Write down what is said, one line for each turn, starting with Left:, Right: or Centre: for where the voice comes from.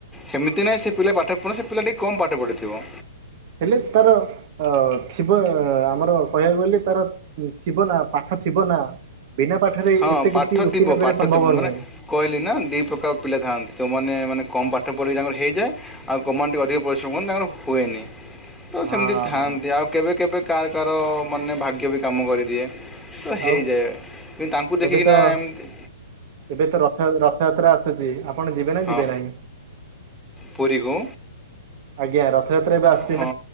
Centre: ସେମିତି ନାହିଁ ସେ ପିଲା ପାଠ ପଢ଼ ସେ ପିଲାଟି କମ୍ ପାଠ ପଢ଼ିଥିବ
Right: ହେଲେ ତାର ଅ ଥିବ ଆମର କହିବାକୁ ଗଲେ ତାର ଥିବ ନା ପାଠ ଥିବ ନା ବିନା ପାଠରେ
Centre: ହଁ
Right: ଏତେ
Centre: ପାଠ
Right: କିଛି ଉତ୍ତୀର୍ଣ
Centre: ଥିବ ପାଠ
Right: ସମ୍ଭବ
Centre: ଥିବ ମାନେ
Right: ନୁହେଁ।
Centre: କହିଲି ନା ଦୁଇ ପ୍ରକାର ପିଲା ଥାଆନ୍ତି ଯେଉଁମାନେ ମାନେ କମ୍ ପାଠ ପଢ଼ିକି ତାଙ୍କର ହେଇଯାଏ ଆଉ କଉମାନେ ଟିକେ ଅଧିକ ପରିଶ୍ରମ କରନ୍ତି ତାଙ୍କର ହୁଏନି। ତ
Right: ହଁ
Centre: ସେମିତି ଥାଆନ୍ତି
Right: ହଁ
Centre: ଆଉ କେବେ କେବେ କାର କାର ମାନେ ଭାଗ୍ୟ ବି କାମ କରିଦିଏ। ତ ହେଇଯାଏ
Right: ଆଉ
Centre: କିନ୍ତୁ ତାଙ୍କୁ ଦେଖିକିନା
Right: ଏବେ ତ
Centre: ଏମତି
Right: ଏବେ ତ ରଥ ରଥଯାତ୍ରା ଆସୁଛି ଆପଣ ଯିବେ ନା
Centre: ହଁ
Right: ଯିବେ ନାହିଁ?
Centre: ପୁରୀକୁ?
Right: ଆଜ୍ଞା ରଥଯାତ୍ରା ଏବେ ଆସୁ
Centre: ହଁ